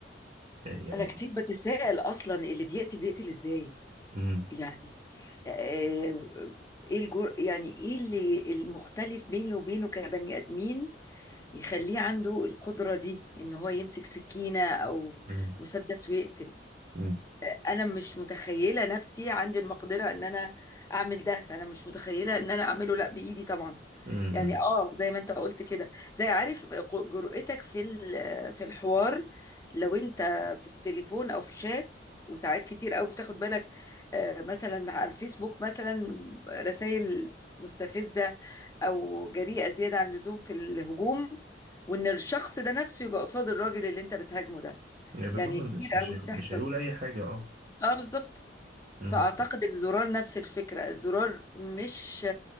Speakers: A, on the right (about 40°); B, on the left (about 20°).
A: يعني
B: انا كتير بتساءل اصلا اللي بيقتل بيقتل ازاي
A: امم
B: يعني آه، ايه الجر يعني ايه اللي المختلف بيني وبينه كبني ادمين يخليه عنده القدرة دي ان هو يمسك سكينة او
A: امم
B: مسدس ويقتل
A: امم
B: انا مش متخيله نفسي عندي المقدره ان انا اعمل ده فانا مش متخيله ان انا اعمله لا بايدي طبعا
A: امم
B: يعني اه زي ما انت قلت كده زي عارف قو- جرأتك في ال- في الحوار لو انت في التليفون او في شات وساعات كتير قوي بتاخد بالك آه، مثلا على الفيسبوك مثلا رسائل مستفزه او جريئه زياده عن اللزوم في الهجوم وان الشخص ده نفسه يبقى قصاد الراجل اللي انت بتهاجمه ده
A: يعني بالظبط
B: يعني
A: مش
B: كتير قوي
A: مش هي-
B: بتحصل
A: مش هيقول اي حاجه اه
B: اه بالظبط فأعتقد
A: امم
B: الزرار نفس الفكرة الزرار مش